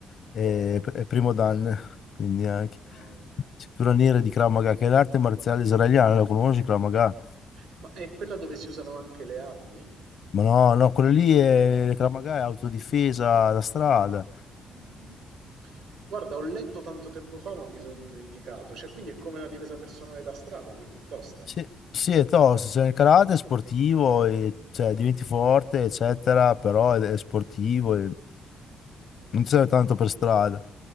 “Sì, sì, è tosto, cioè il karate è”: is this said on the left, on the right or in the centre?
Left